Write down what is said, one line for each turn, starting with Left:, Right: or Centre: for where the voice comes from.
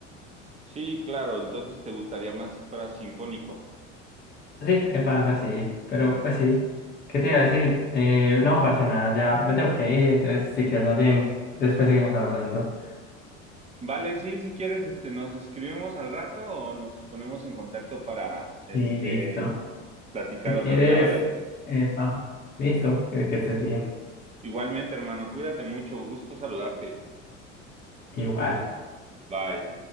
Right: Sí, claro, entonces te gustaría más para sinfónico.
Left: Sí, es algo así, pero pues sí. ¿Qué te iba a decir? Eh, no, parce, nada, ya me tengo que ir, entonces si quieres más bien, después seguimos hablando.
Right: Vale, sí, si quieres, este, nos escribimos al rato o nos ponemos en contacto para, este,
Left: Sí, listo.
Right: platicar
Left: Si quieres,
Right: otro día, ¿vale?
Left: epa, listo, que que estés bien.
Right: Igualmente, hermano, cuídate mucho, gusto saludarte.
Left: Igual.
Right: Bye.